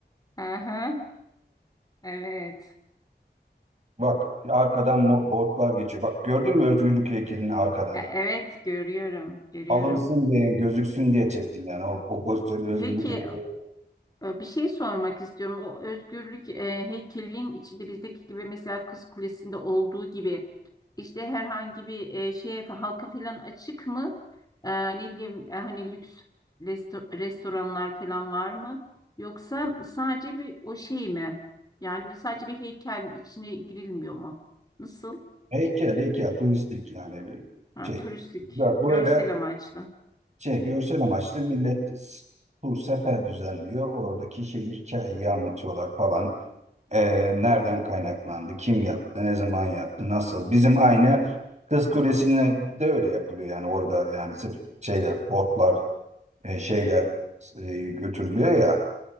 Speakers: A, on the left; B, on the right.
A: Aha, evet.
B: Bak arkadan mo- botlar geçiyor. Bak gördün mü özgürlük heykelini arkadan?
A: E, evet görüyorum, görüyorum.
B: Alınsın diye gözüksün diye çektim yani o, o pozisyonu özgürlük
A: Peki
B: heykeli.
A: Ee, Bir şey sormak istiyorum. O özgürlük e, heykelin içinde bizdeki gibi mesela Kız Kulesi'nde olduğu gibi işte herhangi bir e, şeye halka falan açık mı? Ee, ne bileyim e, hani lüks resto- restoranlar falan var mı? Yoksa sadece bir o şey mi? Yani sadece bir heykel içine girilmiyor mu? Nasıl?
B: Heykel heykel turistik yani
A: Ha,
B: şey.
A: turistik,
B: Bak böyle
A: görsel amaçlı.
B: şey görsel amaçlı millet s- tur sefer düzenliyor. Oradaki şey hikayeyi anlatıyorlar falan. Ee, nereden kaynaklandı? Kim yaptı? Ne zaman yaptı? Nasıl? Bizim aynı Kız Kulesi'ne de öyle yapılıyor yani orada yani sırf şeyler botlar e, şeyler e, götürülüyor ya.